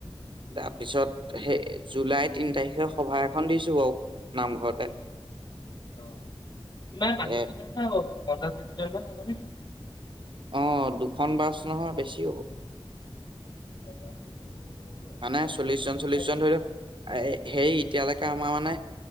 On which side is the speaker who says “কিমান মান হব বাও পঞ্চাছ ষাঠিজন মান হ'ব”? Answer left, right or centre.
Left